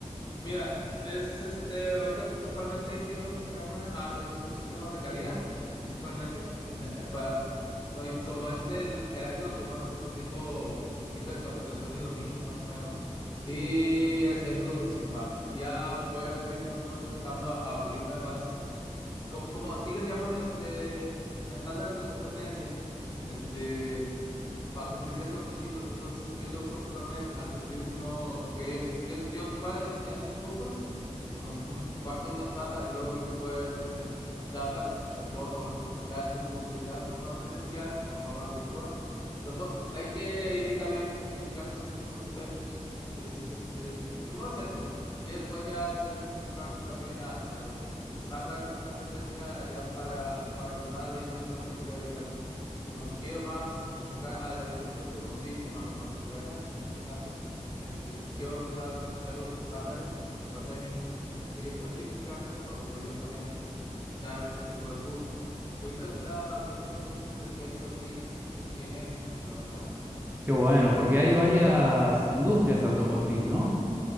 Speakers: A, on the left (about 35°); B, on the right (about 15°).
A: mira, es este, ahorita principalmente quiero enfocarme a lo que son sistemas de calidad, principalmente, en, eh, pa- ahorita- como es el, el área donde más este, tengo ahorita capacitación y domino, más o menos, y es- eso es lo principal. Ya voy a ver si después me voy enfocando a, a abrirme más, co- como, aquí les llaman este, estándares de competencia, este, para cumplir ciertos requisitos. Entonces, yo tengo que enfocarme a cumplir primero que ellos, yo, yo para diseñar mis cursos como un- parte de un estándar y luego yo puedo presentar la presentación o dar esos cursos, ya sea en forma presencial o en forma virtual. O sea, so- hay que ir también certificándose en esos aspectos. Que sí, se- eh, eh, primero es eso. Y después ya tengo que enfocarme también a, a los estándares de competencia ya para, para empezar a la industria donde me quiero dedicar como me quiero más enfocar a la industria automotriz o manufacturera, en este caso, este, quiero empezar a ver los estándares con los cuales también tengo que yo certificarme para poder yo también dar ese tipo de cursos, que ahorita está creciendo mucho ese aspecto aquí, aquí en México, la verdad.
B: Qué bueno, porque hay varias industrias automotriz, ¿no?